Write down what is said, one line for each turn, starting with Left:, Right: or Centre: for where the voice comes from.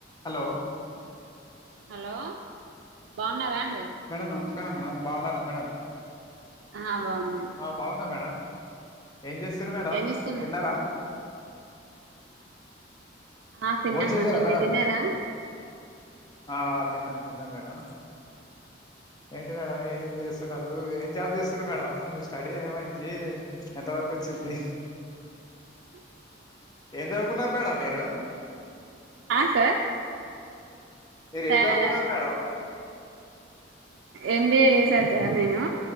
Left: Hello
Right: hello బావున్నారా అం
Left: madam నమస్ కారం మేడం బావున్నారా మేడం
Right: ఆ బాగున్నాం
Left: ఆ బాగునా మేడం ఏం చేస్తుండ్రు మేడం
Right: ఏం చేస్తున్నా
Left: తిన్నారా
Right: ఆ తిన్నాము
Left: భోన్ చేసారా
Right: అండి
Left: మేడం
Right: మీరు తిన్నారా
Left: ఆ తిన్నను తిన్నాను మేడం ఏంటి మేడం ఏ చేస్తున్నారు ఏం జాబ్ చేస్తురు మేడం మీ స్టడీ ఏమైంది ఎంతవరకు వచ్చింది ఏం చదువుకున్నారు మేడం మీరు
Right: ఆ సార్
Left: మీరు ఏం
Right: సార్
Left: చదువుకున్నారు మేడం
Right: ఎంబీఏ చేసాను సార్ నేను